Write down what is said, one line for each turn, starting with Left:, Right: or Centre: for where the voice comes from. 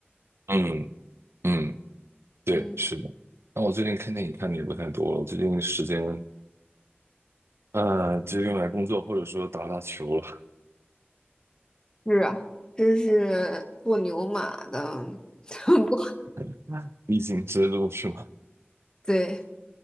Right: 嗯嗯，对，
Left: 嗯，
Right: 是的。那我最近看电影看的也不太多了，我最近时间呃就用来工作或者说打打球了，
Left: 是啊，这是做牛马的，<laughs> 不，
Right: <laughs> 必经之路是吗？
Left: 对。